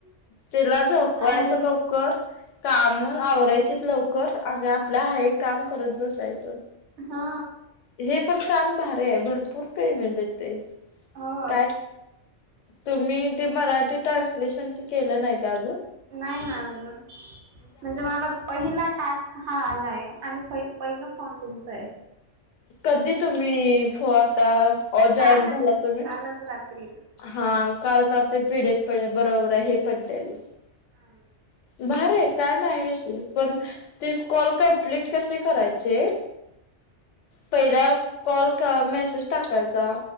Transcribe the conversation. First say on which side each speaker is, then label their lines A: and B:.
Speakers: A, on the left; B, on the right.
A: त्याला झोपवायचं
B: आणि
A: लवकर काम आवरायचेत लवकर आणि आपल्या हा एक काम करत बसायचं
B: हा
A: हे पण काम भार आहे भरपूर पेमेंट येते
B: हो
A: काय
B: ते
A: तुम्ही ते मराठी ट्रान्सलेशनच केलं नाही का अजून
B: नाही ना अजून म्हणजे मला पहिला टास्क हा आलाय आणि प पहिला फोन तुमचा आहे
A: कधी तुम्ही हो आता अजॉईन
B: कालच
A: झाला तुम्ही
B: कालच रात्री
A: हा कारणता पिढ प बरोबर आहे हे पडलेले
B: हा
A: भर आहे काय नाही विषय पण त स् कॉल कमप्लीट कसे करायचे पहिला कॉल मेसेज टाकायचा